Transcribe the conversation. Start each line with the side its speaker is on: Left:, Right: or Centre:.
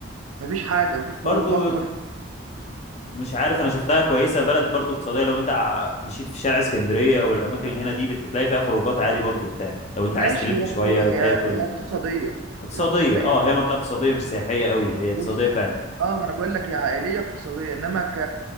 Right: مفيش حاجة مفيش
Left: برضه
Right: خروج هو
Left: مش عارف انا شفتها كويسة بلد برضه اقتصادية لو انت ع- مشيت في شارع اسكندرية والاماكن اللي هنا دي بتلاقي فيها خروجات عادي برضه وبتاع لو انت
Right: ماشي
Left: عايز تلف
Right: هي
Left: شوية
Right: خو... هي
Left: تاكل
Right: هي اقتصادية
Left: اقتصادية
Right: هي اقتصادية
Left: اه
Right: حلو
Left: هي منطقة اقتصادية مش سياحية قوي هي
Right: بص
Left: اقتصادية فعلا
Right: اه ما انا بقول لك هي عائلية اقتصادية انما ك...